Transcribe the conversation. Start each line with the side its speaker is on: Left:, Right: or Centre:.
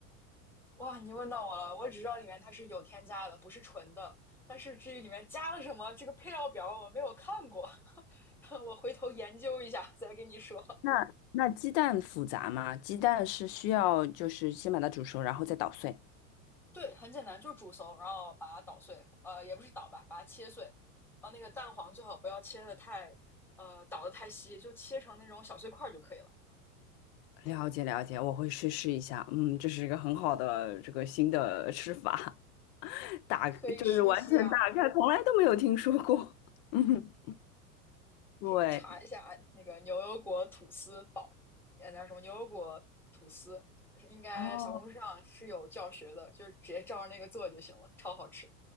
Centre: 哇，你问到我了，我只知道里面它是有添加的，不是纯的。但是至于里面加了什么，这个配料表我没有看过，<laughs> 我回头研究一下再跟你说。
Left: 那那鸡蛋复杂吗？鸡蛋是需要就是先把它煮熟，然后再捣碎。
Centre: 对，很简单，就是煮熟，然后把它捣碎，呃，也不是捣吧，把它切碎。呃，那个蛋黄最好不要切的太，呃，捣的太稀，就切成那种小碎块儿就可以了。
Left: 了解了解，我会去试一下。嗯，这是一个很好的这个新的吃法，<laughs> 打就是完全打开，
Centre: 可以试一下啊。
Left: 从来都没有听说过。<laughs> 嗯，对，
Centre: 可以查一下那个牛油果吐司堡呃，那什么牛油果吐司，应该小红书上是有教学的，
Left: 哦，
Centre: 就是直接照着那个做就行了，超好吃。